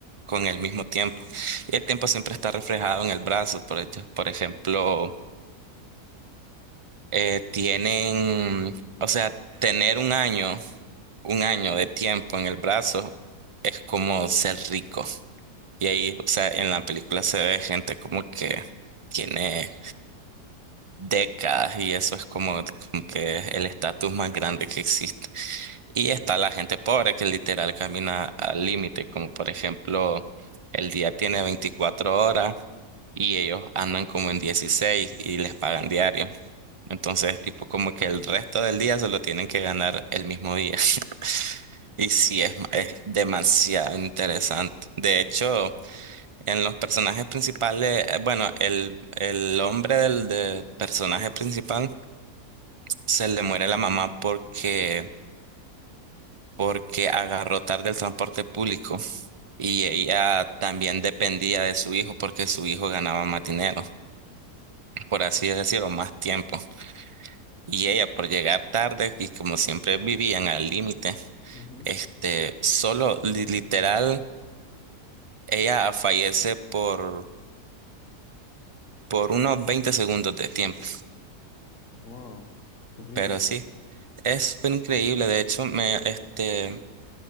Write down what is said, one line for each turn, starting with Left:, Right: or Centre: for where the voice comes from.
Right: con el mismo tiempo. Y el tiempo siempre está reflejado en el brazo. Por, ej- por ejemplo, eh, tienen, o sea, tener un año, un año de tiempo en el brazo es como ser rico. Y ahí, o sea, en la película se ve gente como que tiene décadas y eso es como, como que el estatus más grande que existe. Y está la gente pobre que literal camina al límite, como por ejemplo, el día tiene 24 horas y ellos andan como en 16 y les pagan diario. Entonces, tipo como que el resto del día se lo tienen que ganar el mismo día. <laughs> Y sí,
Left: Wow.
Right: es, ma- es demasiado interesante. De hecho, en los personajes principales, eh, bueno, el, el hombre del, del personaje principal se le muere la mamá porque porque agarró tarde el transporte público y ella también dependía de su hijo porque su hijo ganaba más dinero, por así decirlo, más tiempo. Y ella por llegar tarde y como siempre vivían al límite,
Left: Ujú.
Right: este, solo li- literal, ella fallece por, por unos 20 segundos de tiempo.
Left: Wow. Terrible.
Right: Pero sí, es fue increíble. De hecho, me, este,